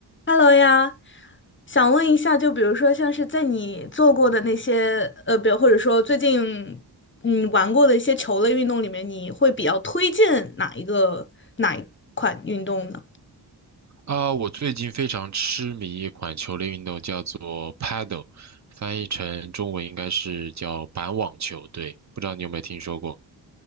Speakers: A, on the left; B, on the right.
A: Hello 呀，想问一下，就比如说像是在你做过的那些，呃，比如或者说最近嗯玩过的一些球类运动里面，你会比较推荐哪一个哪一款运动呢？
B: 啊，我最近非常痴迷一款球类运动，叫做 Paddle，翻译成中文应该是叫板网球，对，不知道你有没有听说过？